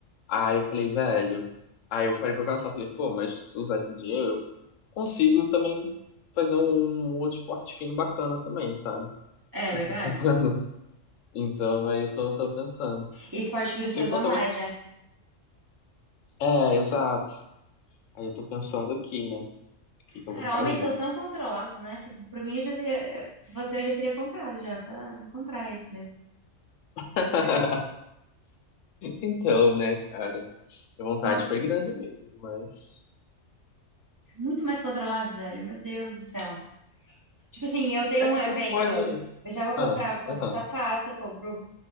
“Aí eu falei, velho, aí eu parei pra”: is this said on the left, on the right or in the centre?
Left